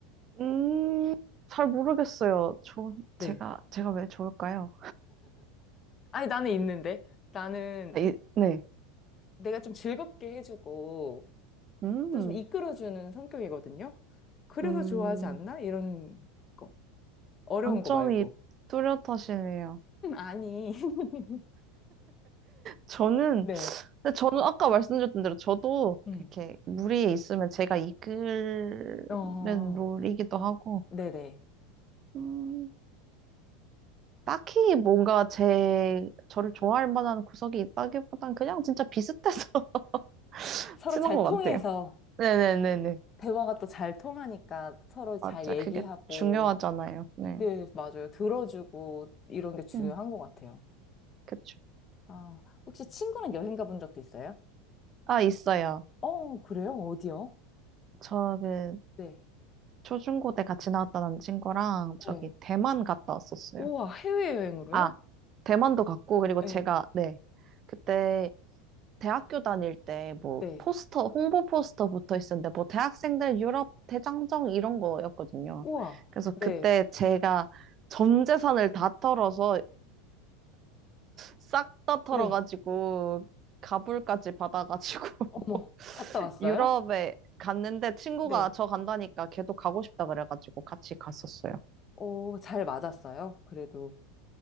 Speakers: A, on the right; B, on the left.
A: 음, 잘 모르겠어요. 저,
B: 네.
A: 제가, 제가 왜 좋을까요?
B: 아니, 나는 있는데. 나는
A: 아, 이, 네.
B: 내가 좀 즐겁게 해주고
A: 음.
B: 또 좀 이끌어주는 성격이거든요. 그래서
A: 음,
B: 좋아하지 않나? 이런 거. 어려운
A: 강점이
B: 거 말고.
A: 뚜렷하시네요.
B: 음, 아니. <laughs>
A: 저는,
B: 네.
A: 근데 저는 아까 말씀드렸던 대로 저도
B: 음.
A: 이렇게 무리에 있으면 제가 이끄는
B: 어,
A: 롤이기도 하고,
B: 네네.
A: 음, 딱히 뭔가 제, 저를 좋아할 만한 구석이 있다기보단 그냥 진짜 비슷해서 <laughs>
B: 서로
A: 친한
B: 잘
A: 것
B: 통해서,
A: 같아요. 네네네네.
B: 대화가 또 잘 통하니까 서로 잘
A: 맞아.
B: 얘기하고,
A: 그게 중요하잖아요. 네.
B: 네, 맞아요. 들어주고 이런 게 중요한
A: 음,
B: 것 같아요.
A: 그쵸.
B: 아, 혹시 친구랑 여행 가본 적도 있어요?
A: 아, 있어요.
B: 어, 그래요? 어디요?
A: 저 그,
B: 네.
A: 초중고때 같이 나왔던 친구랑 저기
B: 네.
A: 대만 갔다 왔었어요.
B: 우와, 해외여행으로요?
A: 아, 대만도 갔고, 그리고
B: 네.
A: 제가, 네. 그때 대학교 다닐 때 뭐
B: 네.
A: 포스터, 홍보 포스터 붙어 있었는데 뭐 대학생들 유럽 대장정 이런 거였거든요.
B: 우와,
A: 그래서
B: 네.
A: 그때 제가 전 재산을 다 털어서 싹 다 털어가지고
B: 네.
A: 가불까지 받아가지고
B: 어머.
A: <laughs>
B: 갔다 왔어요?
A: 유럽에 갔는데 친구가
B: 네.
A: 저 간다니까 걔도 가고 싶다 그래가지고 같이 갔었어요.
B: 어, 잘 맞았어요. 그래도.